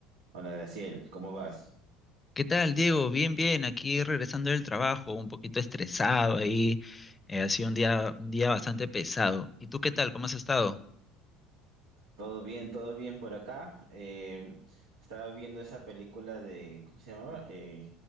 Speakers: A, on the right; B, on the left.
A: Hola Graciel, ¿cómo vas?
B: ¿Qué tal, Diego? Bien, bien, aquí regresando del trabajo, un poquito estresado ahí, eh, ha sido un día, un día bastante pesado. ¿Y tú qué tal? ¿Cómo has estado?
A: Todo bien, todo bien por acá. Eh, estaba viendo esa película de, ¿cómo se llamaba? Eh,